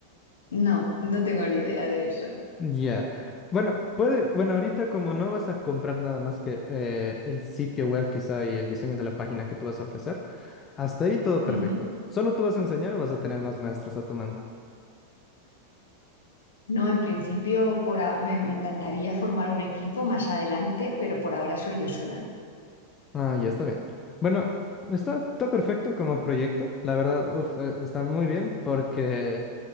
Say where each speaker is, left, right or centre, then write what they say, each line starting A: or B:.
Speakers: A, on the left; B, on the left.
A: no, no tengo ni idea de eso.
B: Ya. Bueno, puede, bueno, ahorita como no vas a comprar nada más que eh, el sitio web quizá y el diseño de la página que tú vas a ofrecer, hasta ahí todo perfecto.
A: Ujú.
B: ¿Solo tú vas a enseñar o vas a tener más maestros a tu mando?
A: No, en principio por a- me, me encantaría formar un equipo más adelante, pero por ahora soy yo sola.
B: Ah, ya está bien. Bueno, está, está perfecto como proyecto. La verdad, uf, eh, está muy bien porque